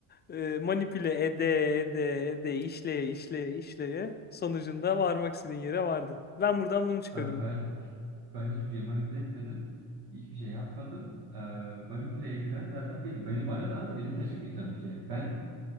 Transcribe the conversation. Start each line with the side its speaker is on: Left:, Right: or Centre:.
Left: e, manipüle ede ede ede işleye işleye işleye sonucunda varmak istediğin yere vardın. Ben buradan bunu çıkarıyorum.
Right: Ee, Ben ben hiçbir şey manipüle etmedim. Hiçbir şey yapmadım. Ee, manipüle edilen zaten benim. Beni bana ne abi? Benim taşımayacağım bir şey. Ben